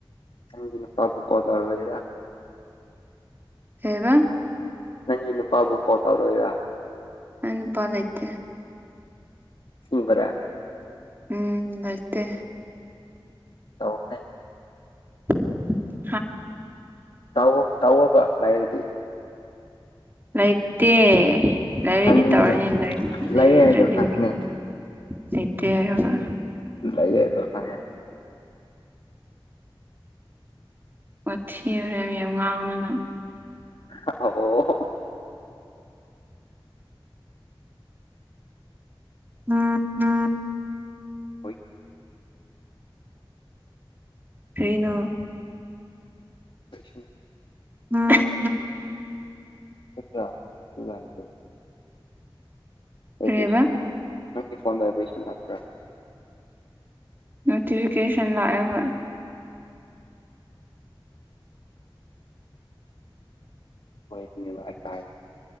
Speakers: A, on the left; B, on the right.
A: ꯅꯪꯒꯤ ꯅꯨꯄꯥꯕꯨ ꯀꯣꯜ ꯇꯧꯔꯒꯦꯔꯥ
B: ꯀꯩꯕꯥ
A: ꯅꯪꯒꯤ ꯅꯨꯄꯥꯕꯨ ꯀꯣꯜ ꯇꯧꯔꯨꯏꯔꯥ
B: ꯑꯩ ꯅꯨꯄꯥ ꯂꯩꯇꯦ
A: ꯑꯁꯦꯡꯕꯥꯔꯥ
B: ꯎꯝ ꯂꯩꯇꯦ
A: ꯇꯧꯍꯦ
B: <unintelligible>
A: ꯇꯥꯎ ꯇꯥꯎꯑꯣꯕ ꯂꯥꯏꯔꯗꯤ
B: ꯂꯩꯇꯦ ꯂꯩꯥꯏꯔꯤꯗꯤ
A: ꯈꯪꯉꯤꯅꯦ
B: ꯇꯧꯔꯅꯤ ꯂꯩꯔꯗ꯭ꯔꯗꯤ
A: ꯂꯩꯌꯦ ꯍꯥꯏꯕ ꯈꯪꯉꯤꯅꯦ
B: ꯂꯩꯇꯦ ꯍꯥꯏꯔꯒ
A: ꯂꯩꯌꯦ ꯍꯥꯏꯕ ꯈꯪꯉꯦ
B: ꯋꯥꯊꯤ ꯆꯥꯔꯦꯝ ꯌꯥꯝ ꯉꯥꯡꯒꯅꯨ ꯅꯪ꯫
A: ꯑ ꯑꯣ ꯑꯣ
B: ꯎꯝ ꯎꯝ
A: ꯍꯣꯏ
B: ꯀꯩꯅꯣ
A: ꯄꯁꯟ
B: ꯎꯝ
A: ꯐꯠꯇ꯭ꯔꯥ ꯅꯇꯨ ꯉꯥꯕꯗꯣ ꯚꯥꯏꯕ꯭ꯔꯦꯁꯟ
B: ꯀꯔꯤꯕ
A: ꯅꯪꯒꯤ ꯐꯣꯟ ꯚꯥꯏꯕ꯭ꯔꯦꯁꯟ ꯂꯥꯛꯄ꯭ꯔꯥ
B: ꯅꯣꯇꯤꯐꯤꯀꯦꯁꯟ ꯂꯥꯑꯦ ꯍꯣꯏ
A: ꯍꯣꯏ ꯑꯗꯨꯅꯦꯕ ꯑꯩ ꯇꯥꯏ